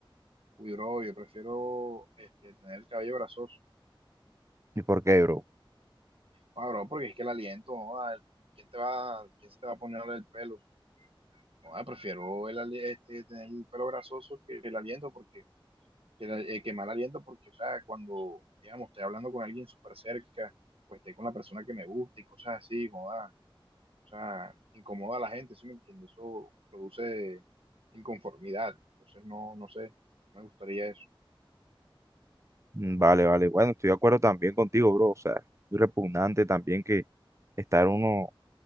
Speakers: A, on the right (about 85°); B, on the right (about 30°).
A: Uy, bro, yo prefiero este, tener el cabello grasoso.
B: ¿Y por qué, bro?
A: Ah, bro, porque es que el aliento, joda, ¿quién te va, quién se te va a poner el pelo? No, prefiero el, ali- este, tener el pelo grasoso que el aliento, porque que, el, eh, que mal aliento, porque, o sea, cuando, digamos, estoy hablando con alguien súper cerca, pues estoy con la persona que me gusta y cosas así, joda, O sea, incomoda a la gente, ¿sí me entiendes? Eso produce inconformidad. Entonces, no, no sé, me gustaría eso.
B: Mm, Vale, vale. Bueno, estoy de acuerdo también contigo, bro. O sea, es repugnante también que estar uno